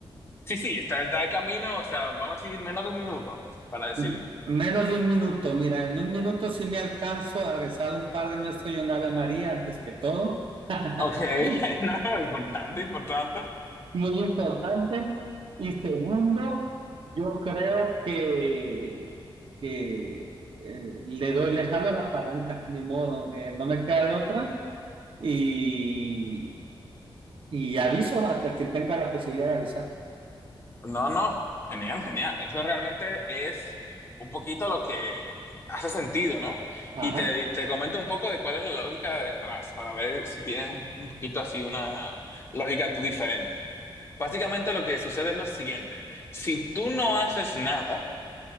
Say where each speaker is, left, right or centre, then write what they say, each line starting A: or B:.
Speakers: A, on the left; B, on the right.
A: Sí, sí, está, está el camino, o sea, vamos a seguir menos de un minuto para decidir.
B: M- Menos de un minuto, mira, en un minuto sí me alcanzo a rezar un Padre Nuestro y un Ave María antes que todo. <laughs>
A: Ok, <laughs> no, importante, importante.
B: Muy importante. Y segundo, yo creo que, que, eh, le doy, le jalo la palanca, ni modo, eh, no me queda de otra. Y, y aviso a quien tenga la posibilidad de avisar.
A: No, no, genial, genial. Eso realmente es un poquito lo que hace sentido, ¿no?
B: Ajá,
A: Y te, te comento un poco de cuál es la lógica de detrás, para ver si tienes un, un poquito así una lógica tú diferente. Básicamente lo que sucede es lo siguiente. Si tú no haces nada,